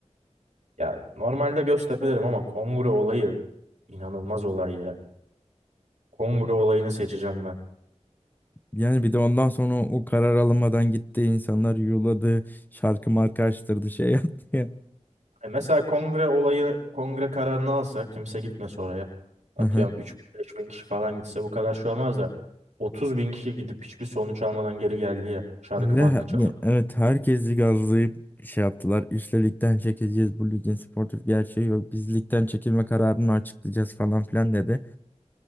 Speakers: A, on the right; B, on the left.
A: Ya normalde Göztepe derim ama kongre olayı inanılmaz olay ya. Kongre olayını seçeceğim ben.
B: Yani bir de ondan sonra o karar alınmadan gitti. insanlar yuladı. Şarkı marka açtırdı şey yaptı ya.
A: E mesela kongre olayı, kongre kararını alsa kimse gitmese oraya. Atıyorum
B: Aha.
A: 3 beş bin kişi falan gitse bu kadar şey olmaz da 30 bin kişi gidip hiçbir sonuç almadan geri geldi ya. Şarkı
B: Ve
A: markı çalıp.
B: ya, evet herkesi gazlayıp şey yaptılar. İşte ligden çekeceğiz. Bu ligin sportif gerçeği yok. Biz ligden çekilme kararını açıklayacağız falan filan dedi.